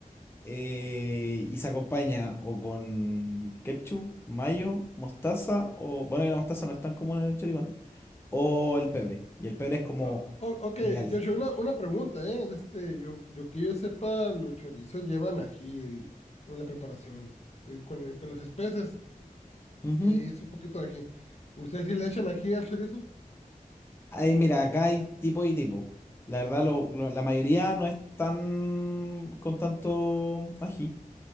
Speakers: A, on the left; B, on the left.
A: eh, y se acompaña o con ketchup, mayo, mostaza, o bueno, que la mostaza no es tan común en el choripán, o el pebre. Y el pebre es como
B: O- o- ok,
A: ideal.
B: Joshua, una, una pregunta, ¿eh? De Este, yo, yo que yo sepa, los chorizos llevan ají el- en la preparación, eh, con, el- con las especies,
A: Ujú.
B: eh, es un poquito de ají. ¿Ustedes sí le echan ají al chorizo?
A: ay mira, acá hay tipo y tipo. La verdad, lo- lo- la mayoría no es tan con tanto ají.